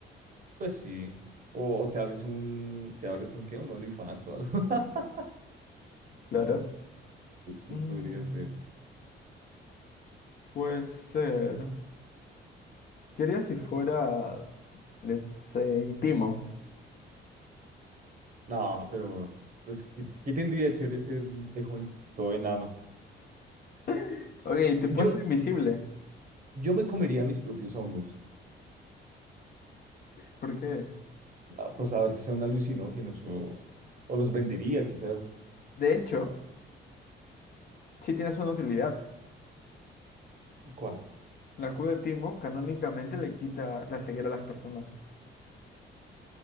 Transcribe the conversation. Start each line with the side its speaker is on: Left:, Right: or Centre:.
Right: pues sí. O, o te abres un, te abres un, ¿qué? Un OnlyFans o algo. <laughs>
Left: Claro.
Right: Pues sí,
Left: Mm,
Right: podría ser.
Left: puede ser. Quería si fueras, let's say, Timo.
Right: No, pero, pues, ¿qué, qué tendría chévere ser un tejón todo enano?
Left: <laughs> Ok, te puedes
Right: Yo,
Left: ser invisible.
Right: yo me comería mis propios hongos.
Left: ¿Por qué?
Right: Ah, Pues a ver si son alucinógenos o, o los vendería, quizás.
Left: De hecho, sí tienes una utilidad.
Right: ¿Cuál?
Left: La escudo de Timo canónicamente le quita la ceguera a las personas.